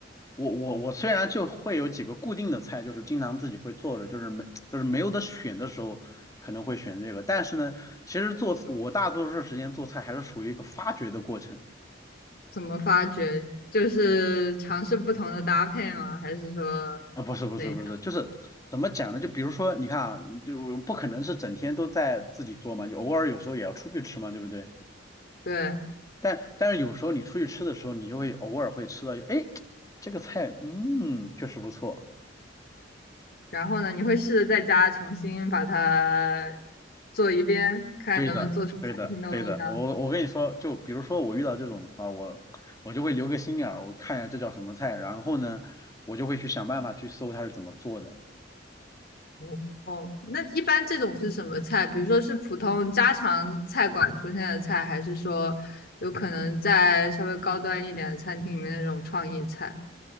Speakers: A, on the left; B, on the left.
A: 我我我虽然就会有几个固定的菜，就是经常自己会做着，就是没就是没有得选的时候可能会选这个，但是呢，其实做我大多数时间做菜还是属于一个发掘的过程
B: 怎么发掘？就是尝试不同的搭配吗？还是说
A: 啊，不是不是不是，
B: 怎样？
A: 就是怎么讲呢？就比如说你看啊，就不可能是整天都在自己做嘛，你偶尔有时候也要出去吃嘛，对不对？
B: 对，
A: 但但是有时候你出去吃的时候，你就会偶尔会吃到，哎，这个菜嗯确实不错。
B: 然后呢，你会试着在家重新把它做一遍，看能不能做出餐厅的味道？
A: 对的，对的，对的。我我跟你说，就比如说我遇到这种的话，我我就会留个心眼儿，我看一下这叫什么菜，然后呢，我就会去想办法去搜它是怎么做的。
B: 哦，哦那一般这种是什么菜？比如说是普通家常菜馆出现的菜，还是说有可能在稍微高端一点的餐厅里面那种创意菜，